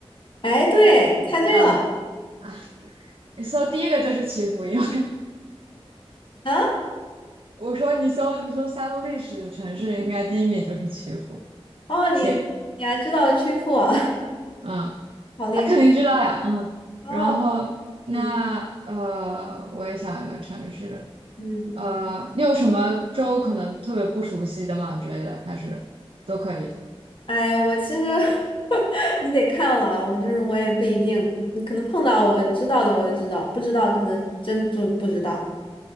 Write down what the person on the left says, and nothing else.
哎，对，猜对了
啊，
哦，你你还知道曲阜，
<laughs>
好厉害
哦，
嗯
嗯。
哎呀，我其实 <laughs> 你得看了，我就是我也不一定，你可能碰到我知道的我就知道，不知道可能真就不知道，